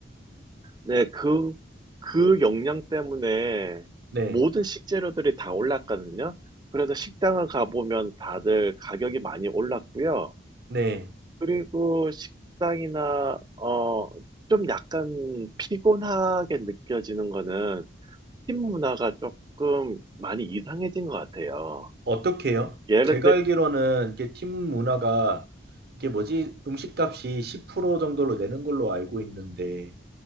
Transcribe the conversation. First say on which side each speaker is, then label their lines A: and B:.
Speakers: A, on the right (about 20°); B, on the right (about 55°).
A: 네, 그, 그 영양 때문에
B: 네,
A: 모든 식재료들이 다 올랐거든요. 그래서 식당을 가보면 다들 가격이 많이 올랐고요.
B: 네.
A: 그리고 식당이나, 어, 좀 약간 피곤하게 느껴지는 거는 팀 문화가 조금 많이 이상해진 것 같아요.
B: 어떻게요?
A: 예를
B: 제가
A: 들,
B: 알기로는 이게 팀 문화가 이게 뭐지? 음식값이 10% 정도로 내는 걸로 알고 있는데